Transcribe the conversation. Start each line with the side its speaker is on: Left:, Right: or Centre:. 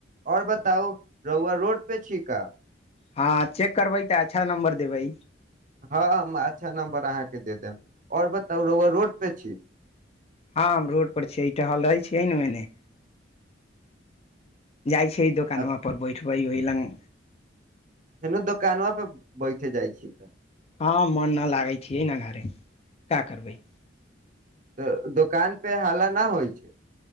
Right: आओर बताउ रहुआ रोड पे छीका
Left: हँ चेक करबै तऽ अच्छा नम्बर देबै
Right: हँ अच्छा नम्बर अहाँके दे देब आओर बताउ रहूआ रोड पे छी
Left: हँ हम रोड पर छियै टहल रहै छियै ने ओने जाइ छै दोकान
Right: आ
Left: वहाँ पर बैठबै ओहि लग
Right: फेनू दोकानमेपर बैठे जाइ छै का
Left: हँ मन नहि लागै छियै ने घरे क्या करबै
Right: तऽ दोकान पे हाला नहि होइ छै